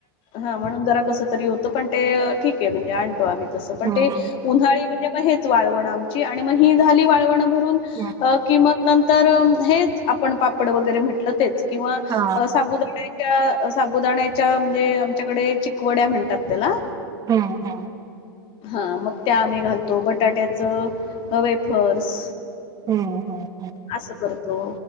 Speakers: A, on the left; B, on the right.
A: हा म्हणून जरा कस तरी होतं पण ते ठीक आहे म्हणजे. आम्ही तसं पण
B: हम्म
A: ते उन्हाळी म्हणजे मग हेच वाळवण आमची आणि मग ही झाली वाळवण भरून. अ
B: हम्म
A: कि म नंतर हेच आपण पापड वगैरे म्हटलं तेच. किंवा
B: हा
A: अ साबुदाळा. त्या साबुदाण्याच्या म्हणजे आमच्याकडे चिकवड्या म्हणतात त्याला.
B: हा हा
A: हा मग त्या आम्ही घालतो बटाट्याच ह वेफर्स
B: हम् हम ह
A: असं करतो